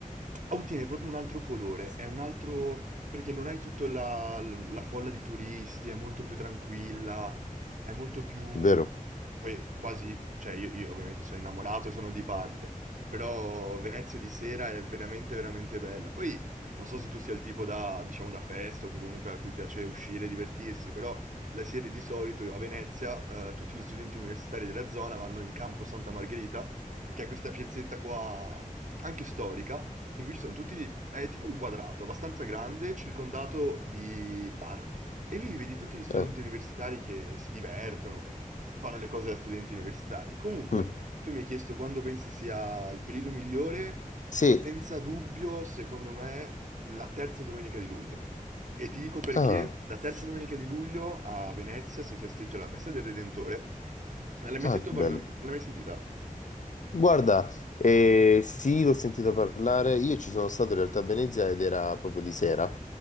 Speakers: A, on the right; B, on the left.
A: ottiene proprio un altro colore, è un altro... perché non hai tutta la, la folla di turisti, è molto più tranquilla è molto più...
B: vero.
A: Poi quasi, cioè io, io ovviamente sono innamorato e sono di parte, però Venezia di sera è veramente veramente bella. Poi non so se tu sia il tipo da, diciamo, da festa o che comunque a cui piace uscire e divertirsi, però la sera di solito a Venezia eh, tutti gli studenti universitari della zona vanno in Campo Santa Margherita, che è questa piazzetta qua anche storica, in cui ci sono tutti, è tipo un quadrato abbastanza grande, circondato di bar. E lì vedi tutti gli studenti
B: Eh,
A: universitari che si divertono e fanno le cose da studenti universitari. Comunque,
B: mm.
A: tu mi hai chiesto quando pensi sia il periodo migliore,
B: Sì,
A: senza dubbio, secondo me, la terza domenica di luglio. E ti dico perché
B: ah,
A: la terza domenica di luglio a Venezia si festeggia la festa del Redentore. L'hai mai
B: ah,
A: sentito
B: che
A: parla-
B: bello.
A: L'hai mai sentita?
B: Guarda, eh, sì, l'ho sentito parlare. Io ci sono stato in realtà a Venezia ed era proprio di sera,